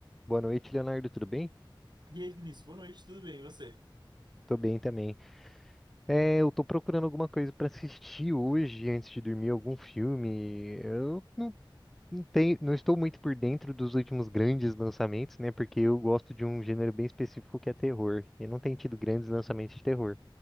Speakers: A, in the centre; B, on the right.
A: Boa noite, Leonardo. Tudo bem?
B: E aí, Vinícius, boa noite, tudo bem? E você?
A: Tô bem também. É, eu tô procurando alguma coisa pra assistir hoje antes de dormir, algum filme. Eu não, não tenho, não estou muito por dentro dos últimos grandes lançamentos, né? Porque eu gosto de um gênero bem específico que é terror. E não tem tido grandes lançamentos de terror.